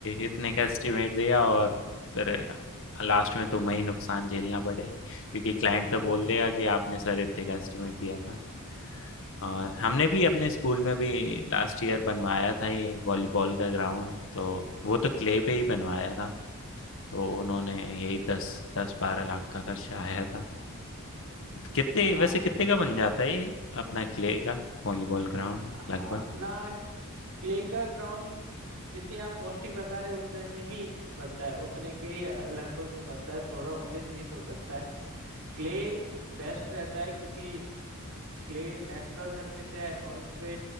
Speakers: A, on the left (about 60°); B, on the right (about 90°).
A: इतने का एस्टिमेट दिया और फिर लास्ट में तुम्हें ही नुकसान झेलना पड़े क्योंकि क्लाइंट तो
B: हाँ
A: बोल देगा कि आपने सर इतने का एस्टिमेट दिया था और
B: हम्म।
A: हमने भी अपने स्कूल में भी लास्ट ईयर बनवाया था ये वॉलीबॉल का ग्राउंड तो वो तो क्ले पे ही बनवाया था तो उन्होंने यही दस दस बारह लाख का खर्चा आया था कितने वैसे
B: आ-
A: कितने का बन जाता है ये अपना क्ले का वॉलीबॉल ग्राउंड
B: आ-
A: लगभग
B: अपना क्ले का ग्राउंड जितनी आप कॉस्टिंग बता रहे हो उतने में ही बनता है उतने के ही लगभग में बनता है थोड़ा उन्नीस बीस हो सकता है क्ले बेस्ट रहता है क्योंकि क्ले नेचुरल सरफेस है और उस पे